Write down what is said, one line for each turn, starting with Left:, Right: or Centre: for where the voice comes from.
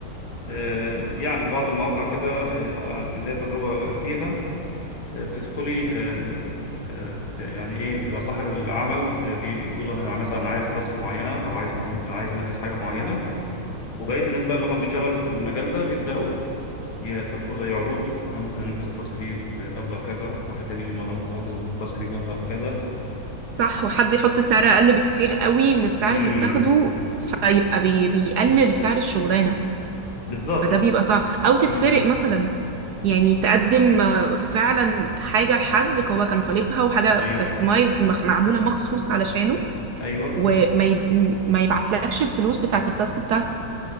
Left: آه يعني في بعض المواقع كده آه أنا كان ليا تجربة فيها بتدخلي آه، آه، يعني ايه بيبقى صاحب العمل آه، بيقول انا مثلا عايز تاسك معينه او عايز مهم عايز انفذ حاجه معينه وبقيه الناس بقى اللي هم بيشتغلوا في المجال ده بيبداوا يحطوا زي عروض انا ممكن انفذ التاسك دي بمبلغ كذا واحد تاني يقول له انا ممكن انفذ التاسك دي بمبلغ كذا
Right: صح وحد يحط سعر اقل بكتير قوي من السعر
Left: امم
Right: اللي بتاخده فيبقى بي بيقلل سعر الشغلانة
Left: بالظبط
Right: فده بيبقى صعب او تتسرق
Left: مم.
Right: مثلا يعني تقدم آه، فعلا حاجة لحد هو كان طالبها وحاجة
Left: ايوه
Right: كاستمايزد معمولة مخصوص علشانه
Left: ايوه
Right: وما ي... ما يبعتلكش الفلوس بتاعت التاسك بتاعتك